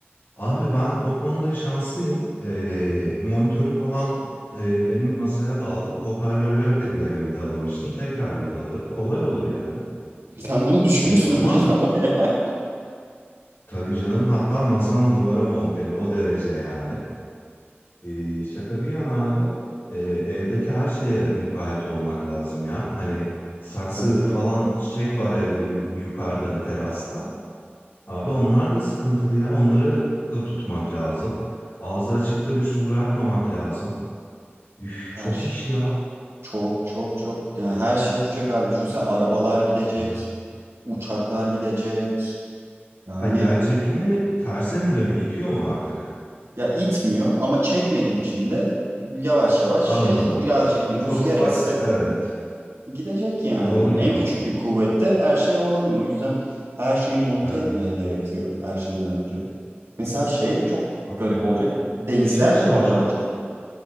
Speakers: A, on the left; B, on the right.
A: Abi ben o konuda şanslıyım. Ee, monitörüm falan e, benim masaya bağlı. Hoparlörleri de bir ara vidalamıştım. Tekrar vidalarım. Kolay olur yani.
B: <laughs> Sen bunu düşünmüşsün
A: Ee, ama
B: <laughs> önceden bayağı.
A: tabii canım hatta masam duvara monteli o derece yani. Ee, şaka bir yana abi e, evdeki her şeye mukayyet olmak lazım ya. Hani saksı
B: Tabii canım.
A: falan çiçek var evde yu- yukarıda terasta. Abi onlar da sıkıntılı ya. Onları da tutmak lazım. Ağzı açıkta bir su bırakmamak lazım. Üf,
B: Her
A: çok
B: şey.
A: iş ya.
B: Çok çok çok yani her şey uçacak abi. Düşünsene arabalar gidecek,
A: Evet.
B: uçaklar gidecek. Yani
A: Ha yer çekimi terse mi dönüyor? İtiyor mu artık?
B: ya itmiyor ama çekmediği için de yavaş yavaş
A: Anladım.
B: şey birazcık bir
A: Ufak
B: rüzgar
A: ufak
B: esse
A: evet.
B: gidecek yani.
A: Doğru
B: En
A: diyorsun.
B: küçük bir kuvvette her şey havalanıyor. O yüzden her şeyi monte
A: Evet.
B: etmeyen gerekiyor her şeyden önce. Mesela şey de çok
A: Abo.
B: garip olacak. Denizler
A: Bir şey soracağım.
B: de havalanacak.